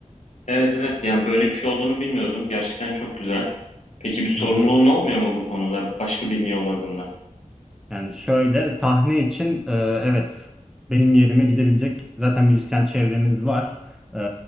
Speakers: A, on the left; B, in the centre.
A: Evet evet yani böyle bir şey olduğunu bilmiyordum. Gerçekten çok güzel. Peki bir sorumluluğun
B: Hı hı.
A: olmuyor mu bu konuda başka birini yolladığında?
B: Yani şöyle sahne için e, evet benim yerime gidebilecek zaten müzisyen çevremiz var. E,